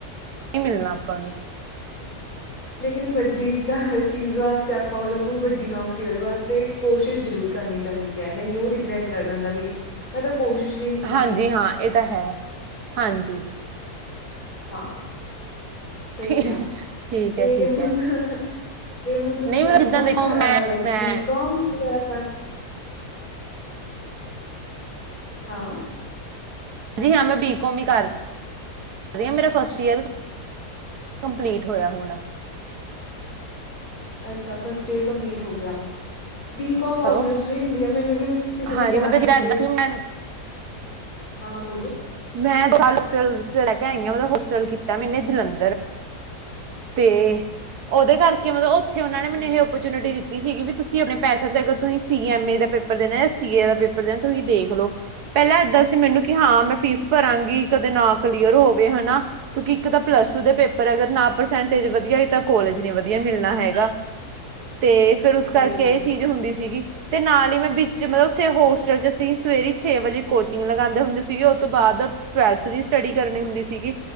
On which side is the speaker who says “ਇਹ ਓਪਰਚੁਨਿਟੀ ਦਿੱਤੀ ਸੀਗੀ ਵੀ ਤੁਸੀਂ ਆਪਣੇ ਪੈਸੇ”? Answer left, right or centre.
Right